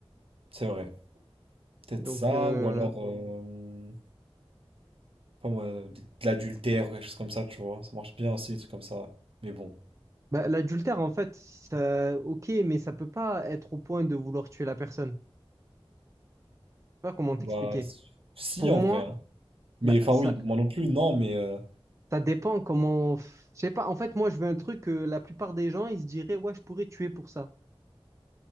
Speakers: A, on the right; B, on the right.
A: c'est vrai. Peut-être
B: Donc,
A: ça,
B: euh,
A: ou alors... euh, Pas moi, de l'adultère ou quelque chose comme ça, tu vois. Ça marche bien aussi, des trucs comme ça. Mais bon,
B: Bah, l'adultère, en fait, ça, ok, mais ça peut pas être au point de vouloir tuer la personne. Je sais pas comment t'expliquer.
A: bah, si
B: Pour
A: en
B: moi,
A: vrai. hein. Mais
B: bah,
A: enfin,
B: ça,
A: oui, moi non plus, non, mais. euh,
B: ça dépend comment. Je sais pas. En fait, moi, je veux un truc que la plupart des gens, ils se diraient, ouais, je pourrais tuer pour ça.